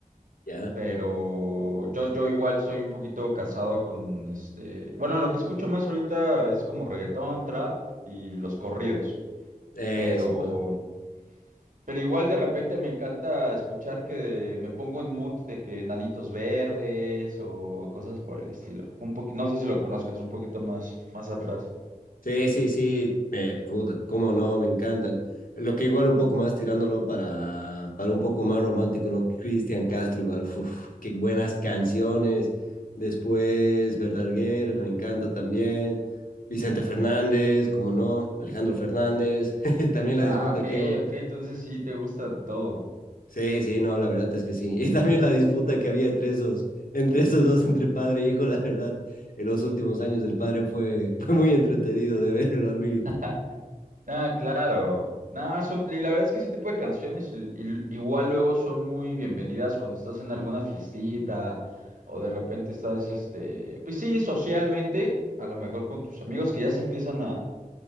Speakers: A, on the left; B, on the right.
A: Ya,
B: Pero yo, yo igual soy un poquito casado con este. Bueno, lo que escucho más ahorita es como reggaetón, trap y los corridos.
A: eso,
B: Pero,
A: pa.
B: pero igual de repente me encanta escuchar que me pongo en mood de que Nanitos Verdes o cosas por el estilo. Un poquito, no sé si lo conozcas, un poquito más, más atrás.
A: Sí, sí, sí, eh, puta, cómo no, me encantan. Lo que igual un poco más tirándolo para, para un poco más romántico, ¿no? Cristian Castro igual, uf, qué buenas canciones. Después Verdaguer, me encanta también. Vicente Fernández, como no, Alejandro Fernández, <laughs> también la
B: Ah,
A: disputa
B: ok,
A: que hubo.
B: ok, entonces sí te gusta todo.
A: Sí, sí, no, la verdad es que sí. <laughs> Y también la disputa que había entre esos, entre esos dos, entre padre e hijo, la verdad, en los últimos años del padre fue, <laughs> fue muy entretenido de verlo al mí
B: <laughs> Ah, claro. Nah, son, y la verdad es que ese tipo de canciones i- i- igual luego son muy bienvenidas cuando estás en alguna fiestita o de repente estás, este, pues sí, socialmente, a lo mejor con tus amigos que ya se empiezan a,